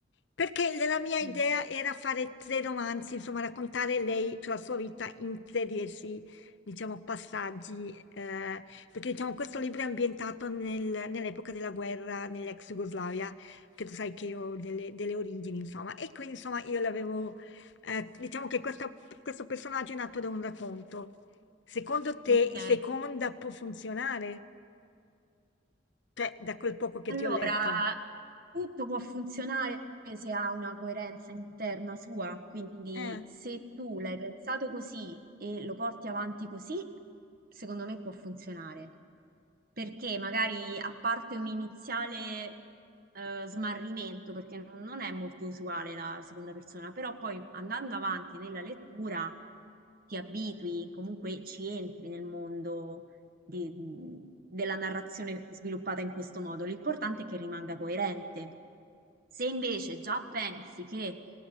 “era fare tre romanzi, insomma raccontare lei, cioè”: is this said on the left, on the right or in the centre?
Left